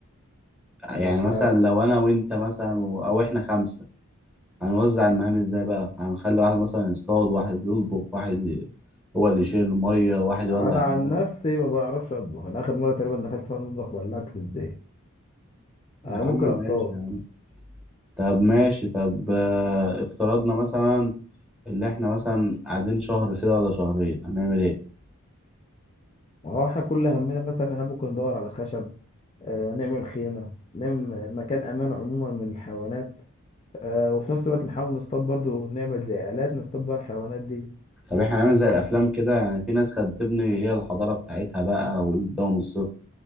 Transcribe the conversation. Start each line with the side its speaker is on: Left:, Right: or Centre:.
Centre: يعني
Left: مش
Centre: مثلا
Left: عارف
Centre: لو انا وانت مثلا و- او احنا خمسة هنوزع المهام ازاي بقى هنخلي واحد مثلا يصطاد واحد يطبخ واحد ي- هو اللي يشيل المية واحد يولع
Left: انا
Centre: النار
Left: عن نفسي ما بعرفش اطبخ انا اخر مره تقريبا دخلت فيها المطبخ ولعت في الزيت
Centre: يا
Left: آه، ممكن
Centre: عم ماشي
Left: اصطاد
Centre: يا عم طب ماشي طب آه، افترضنا مثلا اللي احنا مثلا قاعدين شهر كده ولا شهرين هنعمل ايه
Left: ما هو احنا كل همنا مثلا احنا ممكن ندور على خشب آه، نعمل خيمه نعمل مكان امان عموما من الحيوانات آه، وفي نفس الوقت نحاول نصطاد برضو نعمل زي آلات نصطاد بقى الحيوانات دي
Centre: طب احنا هنعمل زي الافلام كده يعني في ناس كانت بتبني هي الحضاره بتاعتها بقى ويبداوا من الصفر